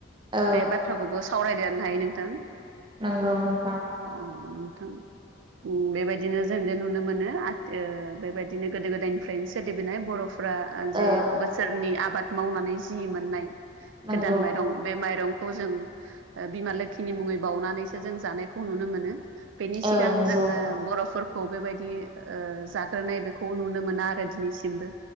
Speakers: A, on the right; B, on the right.
A: औ
B: बे बाथ्राखौबो सावरायदेर नाय नोंथां।
A: नोंगौ नोंथां।
B: अ नोंथां। उम बेबायदिनो जों जे नुनो मोनो आथ ओ बेबायदिनो गोदो गोदायनिफ्रायनो सोलिबोनाय बर' फ्रा
A: औ
B: जे बोसोरनि आबाद मावनानै जि मोननाय
A: नंगौ
B: गोदान माइरं बे माइरंखौ जों ओ बिमा लोखिनि मुङै बावउनानैसो जों जानायखौ खौ नुनो मोनो बेनि सिगां
A: औ नंगौ
B: जोङो बर'फोर खौ बेबायदि ओ जाग्रोनाय बेखौ नुनो मोना आरो दिनैसिमबो।